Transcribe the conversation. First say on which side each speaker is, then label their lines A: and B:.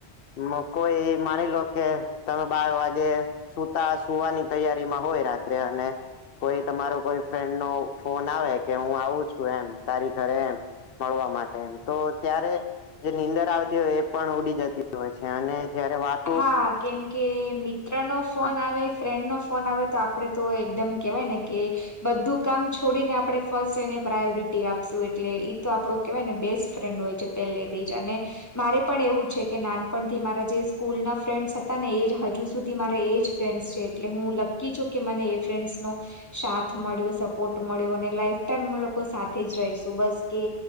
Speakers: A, on the left; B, on the left.
A: મોકો ઈ માની લો કે તમે બાર વાગે સુતા સુવાની તૈયારીમાં હોય રાત્રે અને કોઈ તમારો કોઈ ફ્રેન્ડ નો ફોન આવે કે હું આવું છું એમ તારી ઘરે એમ મળવા માટે એમ તો ત્યારે જે નીંદર આવતી હોય એ પણ ઉડી જતી હોય છે અને જયારે વાત
B: હા કેમ કે મી ત્ર નો ફોન
A: હા
B: આવે ફ્રેન્ડ નો ફોન આવે તો આપડે તો એકદમ કેવાય ને કે બધું કામ છોડીને આપડે ફર્સ્ટ એને પ્રાયોરિટી આપશું એટલે ઈ તો આપડો કેવાને બેસ્ટ ફ્રેન્ડ હોય છે પેલેથી જ અને મારે પણ એવું છે કે નાનપણથી મારા જે સ્કૂલના ફ્રેન્ડ્સ હતા ને એ જ હજુ સુધી મારા એ જ ફ્રેન્ડ્સ છે, એટલે હું લક્કી છું કે મને એ ફ્રેન્ડસનો સાથ મળ્યો સપોર્ટ મળ્યો અને લાઈફ ટાઈમ અમે લોકો સાથે જ રહીશું બસ કે